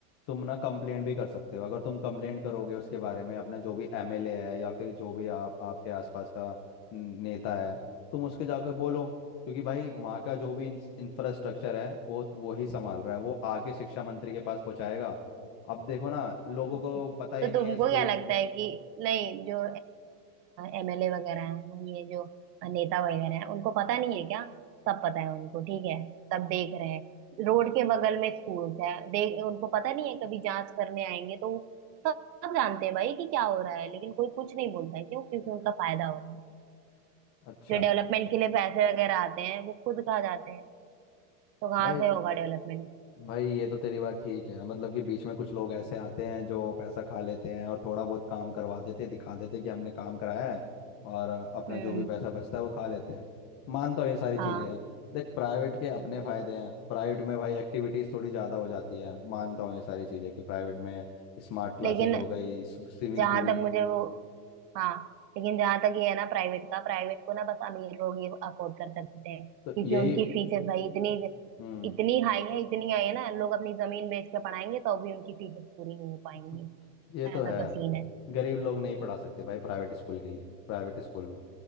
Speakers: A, on the left; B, on the right.
A: तुम ना कंप्लेंट भी कर सकते हो अगर तुम कंप्लेंट करोगे उसके बारे में अपना जो भी एमएलए है या फिर जो भी आप आपके आसपास का न- नेता है तुम उसके जाकर बोलो क्योंकि भाई वहाँ का जो भी इंफ्रास्ट्रक्चर है वो वो ही संभाल रहा है वो आके शिक्षा मंत्री के पास पहुँचाएगा अब देखो ना लोगों
B: तो
A: को पता ही नहीं
B: तुमको
A: है स्कूल
B: क्या लगता है कि नहीं जो एमएलए वगैरह हैं ये जो नेता वगैरह हैं उनको पता नहीं है क्या सब पता है उनको ठीक है सब देख रहे हैं रोड के बगल में स्कूल्स है देख उनको पता नहीं है कभी जांच करने आएंगे तो सब सब जानते हैं भाई कि क्या हो रहा है लेकिन कोई कुछ नहीं बोलता है क्यों क्योंकि उनका फायदा हो रहा है
A: अच्छा
B: जो डेवलपमेंट के लिए पैसे वगैरह आते हैं वो खुद खा जाते हैं तो कहाँ
A: भाई
B: से होगा डेवलपमेंट
A: भाई ये तो तेरी बात ठीक है मतलब कि बीच में कुछ लोग ऐसे आते हैं जो पैसा खा लेते हैं और थोड़ा बहुत काम करवा देते हैं दिखा देते हैं कि हमने काम कराया है और अपना
B: हम्म
A: जो भी पैसा बचता है वो खा लेते हैं मानता हूँ ये सारी चीज़ें
B: हाँ
A: हैं देख प्राइवेट के अपने
B: हम्म
A: फ़ायदे हैं प्राइवेट में भाई एक्टिविटीज़ थोड़ी ज़्यादा हो जाती है मानता हूँ ये सारी चीज़ें कि प्राइवेट में स्मार्ट क्लासेस
B: लेकिन
A: हो गई स्विमिंग
B: जहां
A: पूल
B: तक मुझे वो हाँ लेकिन जहां तक ये है ना प्राइवेट का प्राइवेट को ना बस अमीर लोग ही अफोर्ड कर सकते हैं क्योंकि
A: तो यही
B: उनकी फीसें भाई इतनी
A: हम्म
B: इतनी हाई है इतनी हाई है ना लोग अपनी जमीन बेच के पढ़ाएंगे तो भी उनकी फीसें पूरी नहीं हो पाएंगी
A: <laughs> ये तो
B: ऐसा
A: है
B: तो सीन है
A: गरीब लोग नहीं पढ़ा सकते भाई प्राइवेट स्कूल के लिए प्राइवेट स्कूल में